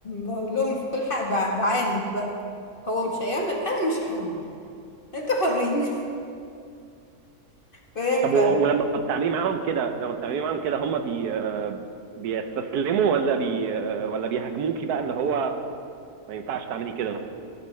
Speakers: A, on the left (about 35°); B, on the right (about 80°).
A: بقول لهم في كل حق ب... بعاند بقى هو مش هيعمل انا مش هعمل انتوا حرين فاهم
B: طب
A: فن
B: وه- ولما بتعملي معاهم كده لما بتعملي معاهم كده هم بي آه، بيستسلموا ولا بي آه، ولا بيهاجموكي بقى اللي هو ما ينفعش تعملي كده